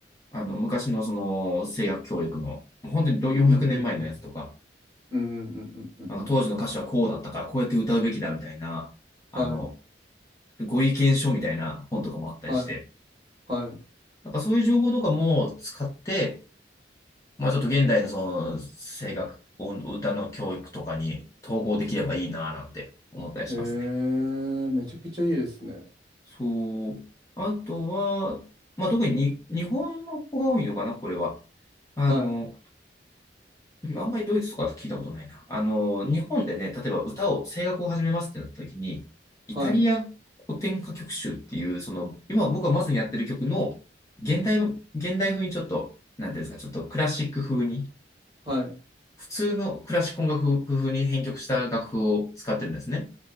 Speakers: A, on the left (about 20°); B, on the right (about 25°).
A: あの、昔のその声楽教育の、本当に400年前のやつとか、
B: うんうんうん。うんうんうんうんうんうん。
A: なんか当時の歌手はこうだったからこうやって歌うべきだみたいな、
B: はい、
A: あの、ご意見書みたいな本とかもあったりして、
B: はい、は
A: なんかそういう情報とかも使って、まあちょっと現代のその声楽、音歌の教育とかに統合できればいいなぁなんて思ったりしますね。
B: い。へえ、めちゃくちゃいいですね。
A: そう。あとは、まあ特にに日本の子が多いのかな、これは。あの、
B: はい、
A: でもあんまりドイツとかだと聞いたことないな。あの、日本でね、例えば歌を、声楽を始めますってなった時に、イタリア古典歌曲集っていう、
B: はい、
A: その、今僕がまずやってる曲の、現代、現代風にちょっと、なんていうんですか、ちょっとクラシック風に、
B: はい。
A: 普通のクラシック音楽風に編曲した楽譜を使ってるんですね。